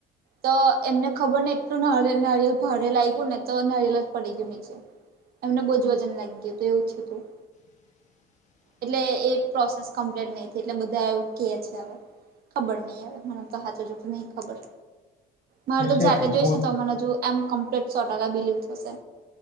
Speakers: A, on the right (about 65°); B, on the left (about 45°).
A: તો એમને ખબર નહીં એટલું નારિયેલ નાડિયેલ ભારે લાગ્યું ને તો નારિયલ જ પડી ગયું નીચે. એમને બહુ જ વજન લાગી ગયતું એવું થયું તું.
B: <unintelligible>
A: એટલે એ પ્રોસેસ કમ્પ્લીટ નહીં થી એટલે બધા એવું કહે છે હવે ખબર નહીં હવે ઘણા તો હાચુ જુઠું નહીં ખબર. મારે
B: હશે
A: તો જાતે જોઈશ
B: ભૂત
A: ને તો મને હજુ એમ કમ્પ્લીટ સો ટકા બિલિવ થશે.